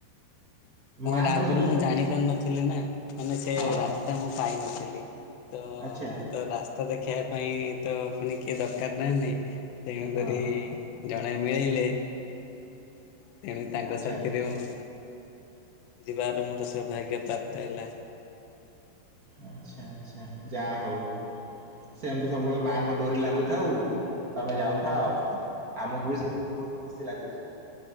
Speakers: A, on the left (about 75°); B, on the right (about 40°).
A: କଣ
B: ମାଆଙ୍କର
A: ଆଗରୁ
B: ସେ ଯୋଉ
A: ମୁଁ ଜାଣି ପାରୁନଥିଲି ନା ମାନେ ସେ
B: ହଁ
A: ରାସ୍ତା ମୁଁ ପାଇନଥିଲି। ତ
B: ଆଚ୍ଛା
A: ତ ରାସ୍ତା ଦେଖେଇବା ପାଇଁ ତ ପୁଣି କିଏ ଦରକାର ନାହି ତେଣୁକରି
B: ହଁ
A: ଜଣେ ମିଳେଇଲେ ତେଣୁ ତାଙ୍କ
B: ଆଚ୍ଛା
A: ସାଥିରେ ମୁଁ ଯିବାର ମୋର ସୌଭାଗ୍ୟ ପ୍ରାପ୍ତ ହେଲା।
B: ଆଚ୍ଛା ଆଛା ଯାହା ହଉ। ସେମିତି ସବୁବେଳେ ମାଆଙ୍କ ଡୋରି ଲାଗୁଥାଉ ତମେ ଯାଉଥାଅ। ଆମକୁ ବି ଶୁଣିକି ବହୁତ ଖୁସି ଲାଗୁଛି।